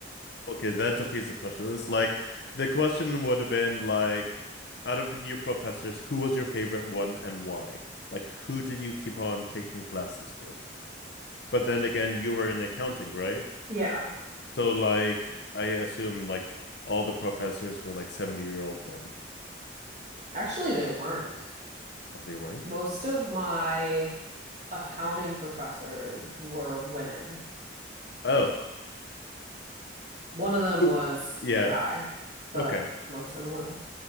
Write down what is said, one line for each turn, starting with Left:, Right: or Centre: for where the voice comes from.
Left: okay, that defeats the question. It's like the question would have been like, out of your professors, who was your favorite one and why? Like, who did you keep on taking classes with? But then again, you were in accounting, right?
Right: Yeah,
Left: So like I assume like all the professors were like 70 year old men.
Right: actually, they weren't.
Left: Or they weren't?
Right: Most of my accounting professors were women.
Left: Oh,
Right: One of them
Left: Who-
Right: was
Left: yeah.
Right: a guy, but
Left: Okay.
Right: most of them are women.